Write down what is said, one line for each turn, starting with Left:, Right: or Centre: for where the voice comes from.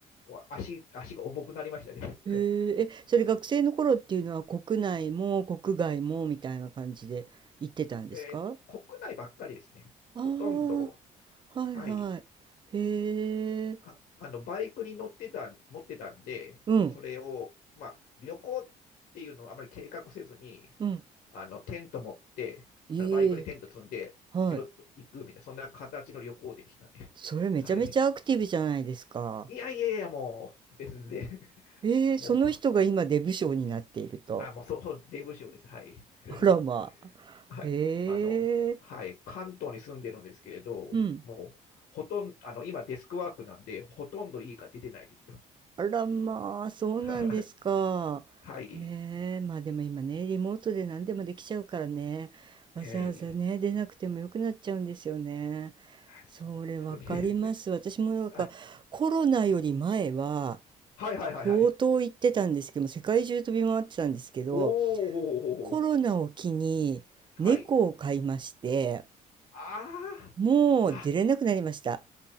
Left: う、もう足、足が重くなりましたね。
Right: へえ、え、それ学生の頃っていうのは国内も国外もみたいな感じで行ってたんですか
Left: えー国内ばっかりですね。
Right: ああー、
Left: ほとんど、
Right: はいはい。
Left: はい。
Right: へえ、
Left: あ、あの、バイクに乗ってた、持ってたんで、
Right: うん、
Left: それを、まあ、旅行っていうのをあまり計画せずに、
Right: うん。
Left: あの、テント持って、
Right: いえ、
Left: あのバイクにテント積んで、
Right: はい。
Left: 拾っていくみたいな、そんな形の旅行でしたね。
Right: それめちゃめちゃアクティブじゃないですか。
Left: <laughs> はい。いやいやいや、もう、全然、
Right: ええ、
Left: もう、
Right: その人が今デブ賞になっていると。
Left: あ、もう、そう、税務署です。はい。<laughs>
Right: あらまあ。
Left: はい。
Right: へえ、
Left: あの、はい。関東に住んでるんですけれど、
Right: うん。
Left: もう、ほとんど、あの、今デスクワークなんで、ほとんど家が出てないですよ。
Right: あらまあ、そうなんですか。
Left: <laughs> はい。
Right: へえ、まあでも今ね、リモートで何でもできちゃうからね、わざわざね、
Left: 早い。
Right: 出なくてもよくなっちゃうんですよね。それわかります。
Left: そうなんですよね。<laughs>
Right: 私もなんかコロナより前は
Left: あ、はいはいはいはい。
Right: 相当行ってたんですけども、世界中飛び回ってたんですけど、
Left: おー、ほうほうほうほう。
Right: コロナを機に猫を飼いまして、
Left: はい。ああ、
Right: もう出れなくなりました。
Left: は、